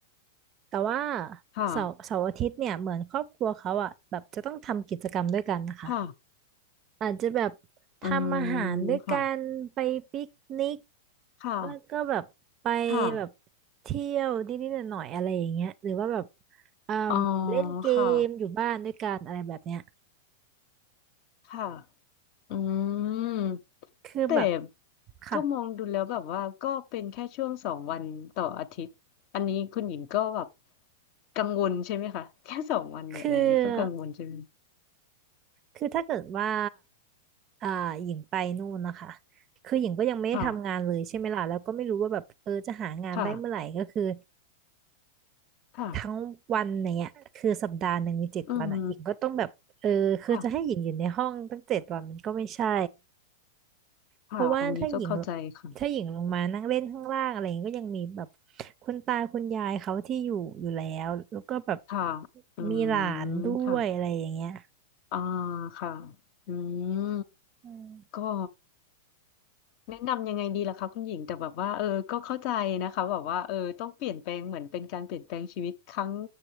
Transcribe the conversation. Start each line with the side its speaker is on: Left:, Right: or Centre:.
Right: แต่ว่า
Left: ค่ะ
Right: เสาร์เสาร์อาทิตย์เนี่ยเหมือนครอบครัวเขาอ่ะแบบจะต้องทำกิจกรรมด้วยกันนะคะ
Left: ค่ะ
Right: อาจจะแบบทำอาหารด้วยกันไปปิกนิก
Left: อืมค่ะค่ะ
Right: แล้วก็แบบไป
Left: ค่ะ
Right: แบบเที่ยวนิดๆหน่อยๆอะไรอย่างเงี้ยหรือว่าแบบเอ่มเล่นเกมอยู่บ้านด้วยกันอะไรแบบเนี้ย
Left: อ๋อค่ะค่ะ อืม
Right: คือแบบ
Left: แต่
Right: ค่ะ
Left: ก็มองดูแล้วแบบว่าก็เป็นแค่ช่วงสองวันต่ออาทิตย์อันนี้คุณหญิงก็แบบกังวลใช่ไหมคะแค่สองวันเนี่ยอะไรเงี้ยก็กังวลใช่ไหม
Right: คือคือถ้าเกิดว่าอ่าหญิงไปนู่นนะคะคือหญิงก็ยังไม่ได้ทำงานเลยใช่ไหมล่ะแล้วก็ไม่รู้ว่าแบบเออจะหางานได้เมื่อไหร่ก็คือ
Left: ค่ะค่ะค่ะ
Right: ทั้งวันอย่างเงี้ยคือสัปดาห์หนึ่งมีเจ็ดวันอ่ะหญิงก็ต้องแบบเออคือจะให้หญิงอยู่ในห้องตั้งเจ็ดวันมันก็ไม่ใช่
Left: อืมค่ะค่ะอันนี้ก็เข้าใจค่ะ
Right: เพราะว่าถ้าหญิงถ้าหญิงลงมานั่งเล่นข้างล่างอะไรอย่างเงี้ยก็ยังมีแบบคุณตาคุณยายเขาที่อยู่อยู่แล้วแล้วก็แบบ
Left: ค่ะอืมค่ะ
Right: มีหลานด้วยอะไรอย่างเงี้ย
Left: อ่าค่ะอืม
Right: อืม
Left: ก็ แนะนำยังไงดีล่ะคะคุณหญิงแต่แบบว่าเออก็เข้าใจนะคะแบบว่าเออต้องเปลี่ยนแปลงเหมือนเป็นการเปลี่ยนแปลงชีวิตครั้ง